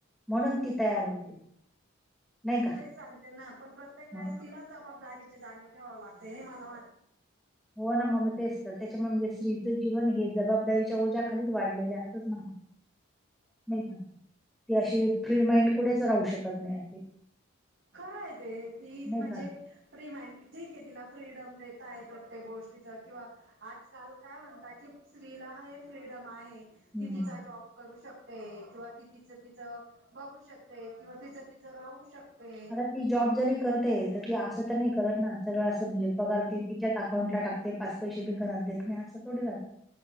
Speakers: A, in the centre; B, on the right.
A: म्हणूंन ती तयार होते. नाही का
B: तेचं सांगते नां पणं प्रत्येक वेळेस
A: मग
B: तिलांच जबांबदारीची जाणीव ठेवावं लागते हे मलां.
A: हो नां मगं तेचं तरं त्यांच्यामुळे म्हणजे स्त्रीचं जीवन हे जबांबदारीच्या ओजा. खालीचं वाढलेलं आहे असंच नाहीं कां. ती अशी फ्री माइंड कुंठेचं राहूं शकतं नाहीं आहे.
B: खरं आहे ते ती
A: नाही
B: म्हणजे.
A: का
B: फ्री माइंड ठीक आहे तिलां फ्रीडम देतं आहे प्रत्येक गोष्टीचं किंवा. आंजकांल कायं म्हणतं की स्त्रीला हे फ्रीडम आहे
A: हं
B: ती तिचां जॉब करूं शकते किंवा ती तिचं तिचं बघूं शकते किंवा तिचं तिचं राहूं शकते.
A: आता ती जॉब जरी करते तरी ती असं तरं नाहीं करतं नां सगळं असं म्हणजे पगांर ती तिच्यांच अकाउंटला टाकते. ते पांच पैसेे बी घरांत देतं नाहीं असं थोडी राहतं -